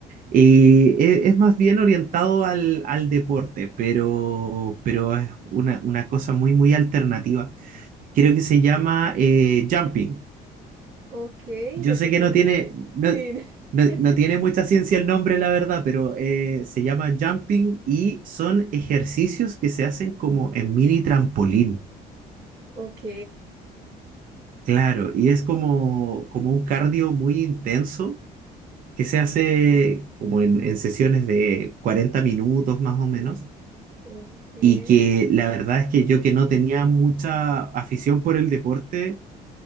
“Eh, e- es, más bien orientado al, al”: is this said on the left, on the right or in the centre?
Right